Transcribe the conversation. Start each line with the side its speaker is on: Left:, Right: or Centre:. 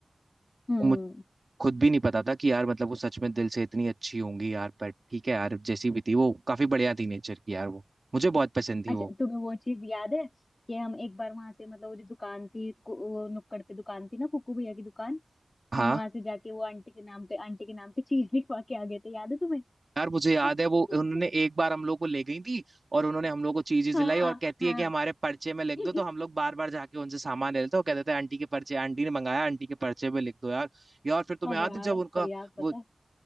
Left: हम्म।
Right: और मुझे खुद भी नहीं पता था कि यार मतलब वो सच में दिल से इतनी अच्छी होंगी यार पर ठीक है यार जैसी भी थी वो काफी बढ़िया थी नेचर की यार वो मुझे बहुत पसंद थी
Left: अच्छा
Right: वो
Left: तुम्हें वो चीज याद है कि हम एक बार वहां से मतलब वो जो दुकान थी कु- वो नुक्कड़ पे दुकान थी ना कुकू भैया की दुकान
Right: हाँ
Left: हम वहां से जाके वो आंटी के नाम पे आंटी के नाम पे चीज लिखवा के आ गए थे याद है तुम्हें
Right: यार मुझे याद
Left: <laughs>
Right: है वो उन्होंने एक बार हम लोग को ले गई थी और उन्होंने हम लोग को चीजें
Left: हाँ
Right: दिलाई और कहती
Left: हाँ
Right: है कि हमारे पर्चे में लिख
Left: <laughs>
Right: दो तो हम लोग बार बार जाके उनसे सामान ले लेते और कहते थे आंटी के पर्चे आंटी ने मंगाया आंटी के पर्चे में लिख दो यार यार फिर तुम्हें
Left: अब
Right: याद
Left: यार
Right: है जब उनका
Left: पर यार पता
Right: वो
Left: है